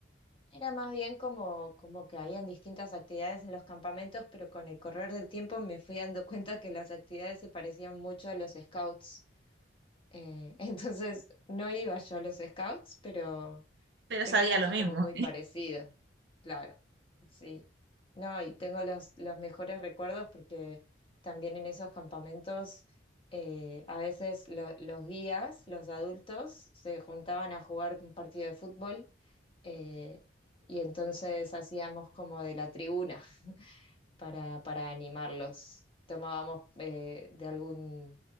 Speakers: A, on the left; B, on the right.
A: era más bien como, como que habían distintas actividades en los campamentos, pero con el correr del tiempo me fui dando <laughs> cuenta que las actividades se parecían mucho a los scouts. Eh, <laughs> entonces no iba yo a los scouts, pero
B: pero
A: pero
B: sabía
A: era así
B: lo mismo.
A: como muy parecido, claro, sí. No, y tengo los, los mejores recuerdos porque también en esos campamentos eh, a veces lo- los guías, los adultos, se juntaban a jugar un partido de fútbol eh, y entonces hacíamos como de la tribuna para, para animarlos. Tomábamos eh, de algún,